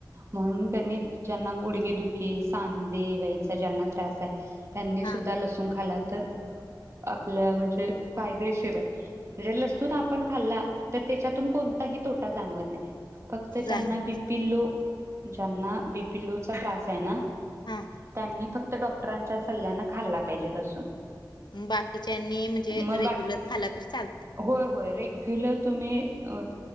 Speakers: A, on the right; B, on the left.
A: म्हणून क नई ज्यांना गुडघे दुखी, सांधे वाईचा ज्यांना त्रास आहे त्यांनीसुद्धा
B: हां,
A: लसूण खालात तर आपल्या म्हणजे फायदेशीर आहे. म्हणजे लसून आपण खाल्ला तर त्याच्यातून कोणताही तोटा जाणवत नाही. फक्त ज्यांना
B: जाणवतं.
A: बि पी लो ज्यांना बी पी लोचा त्रास आहे ना
B: हां.
A: त्यांनी फक्त फक्त डॉक्टरांच्या सल्ल्यान खाल्ला पाहिजे लसूण.
B: बाकीच्यांनी म्हणजे
A: मग
B: रेग्युलर
A: बा
B: खाला तरी चालतंय.
A: होय होय रेग्युलर तुम्ही अ